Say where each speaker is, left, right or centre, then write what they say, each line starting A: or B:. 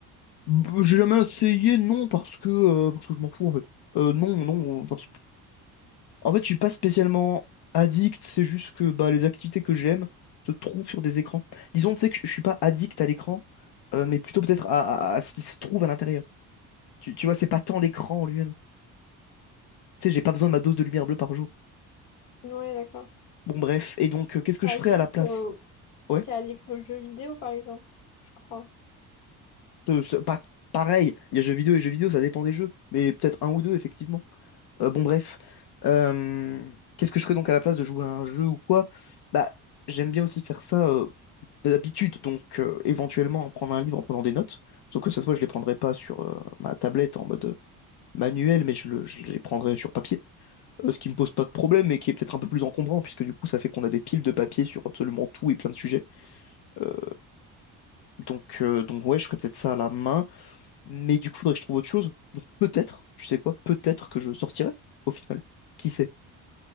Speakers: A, on the left; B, on the left.
A: Bah, J'ai jamais essayé, non, parce que euh, parce que je m'en fous en fait. Euh, non, non, parce En fait, je suis pas spécialement addict, c'est juste que bah, les activités que j'aime se trouvent sur des écrans. Disons, tu sais que je je suis pas addict à l'écran, euh, mais plutôt peut-être à, à- à ce qui se trouve à l'intérieur. Tu, tu vois, c'est pas tant l'écran en lui-même. Tu sais, j'ai pas besoin de ma dose de lumière bleue par jour.
B: Ouais, d'accord.
A: Bon, bref. Et donc, euh, qu'est-ce que
B: T'es
A: je
B: addict,
A: ferais à la place?
B: euh,
A: Ouais.
B: t'es addict aux jeux vidéo, par exemple, je crois.
A: Ce- ce- pas pareil. Il y a jeux vidéo et jeux vidéo, ça dépend des jeux. Mais peut-être un ou deux, effectivement. Euh, bon, bref. Euh, qu'est-ce que je ferais donc à la place de jouer à un jeu ou quoi? Bah, j'aime bien aussi faire ça euh, d'habitude, donc euh, éventuellement en prendre un livre en prenant des notes. Sauf que cette fois, je les prendrai pas sur euh, ma tablette en mode euh, manuel, mais je, le- je les prendrai sur papier. Euh, ce qui me pose pas de problème, mais qui est peut-être un peu plus encombrant, puisque du coup, ça fait qu'on a des piles de papier sur absolument tout et plein de sujets. Euh, donc, euh, donc ouais, je ferais peut-être ça à la main, mais du coup, faudrait que je trouve autre chose. Donc peut-être, tu sais quoi, peut-être que je sortirai au final. Qui sait?